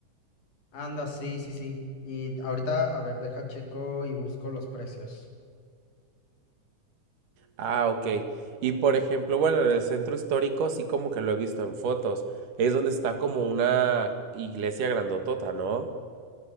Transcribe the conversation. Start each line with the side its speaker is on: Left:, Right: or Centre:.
Left: Anda, sí, sí, sí. Y ahorita, a ver, deja checo y busco los precios.
Right: Ah, ok. Y por ejemplo, bueno, en el centro histórico sí como que lo he visto en fotos. Es donde está como una iglesia grandotota, ¿no?